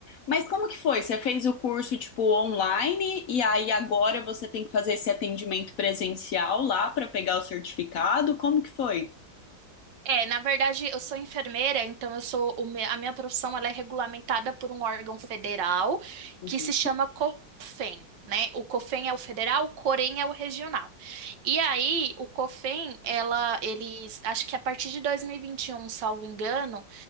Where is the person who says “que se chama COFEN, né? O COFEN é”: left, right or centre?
Right